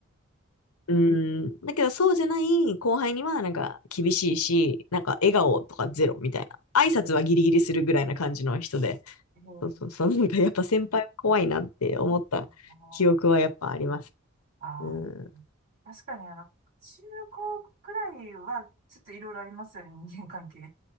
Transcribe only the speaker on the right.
へえ、
ああー、
確かにあの、中高くらいはちょっといろいろありますよね、人間関係。